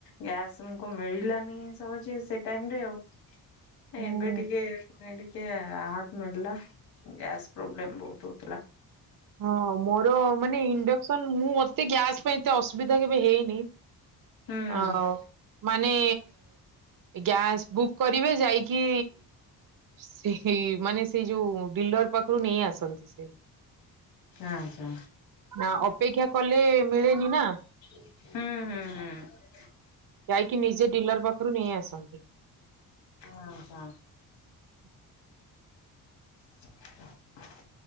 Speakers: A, on the left (about 70°); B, on the right (about 60°).
A: ଗ୍ୟାସ ନ କୋଉ ମିଳିଲାନି ସହଯେ ସେ ଟାଇମରେ ଆଉ
B: ହୁଁ।
A: ଏବେ ଟିକେ <unintelligible> ଟିକେ ରାହାତ ମିଳିଲା ଗ୍ୟାସ୍ ପ୍ରୋବ୍ଲେମ ବୋହୁତ ହୋଉଥିଲା।
B: ହଁ ମୋର ମାନେ ଇଣ୍ଡକ୍ସନ, ମୁଁ ମତେ ଗ୍ୟାସ ପାଇଁ ଏତେ ଅସୁବିଧା କେବେ ହେଇନି।
A: ହୁଁ
B: ଅଁ ମାନେ ଗ୍ୟାସ୍ ବୁକ୍ କରିବେ ଯାଇକି। ସେହେଇ ମାନେ ସେଇ ଯୋଉ ଡିଲର ପାଖରୁ ନେଇ ଆସନ୍ତି ସେ।
A: ଆଚ୍ଛା
B: ନା ଅପେକ୍ଷା କଲେ ମିଳେନି ନା।
A: ହୁଁ ହୁଁ ହୁଁ
B: ଯାଇକି ନିଜେ ଡିଲର ପାଖରୁ ନେଇ ଆସନ୍ତି।
A: ଆଚ୍ଛା
B: <inaudible>
A: <inaudible>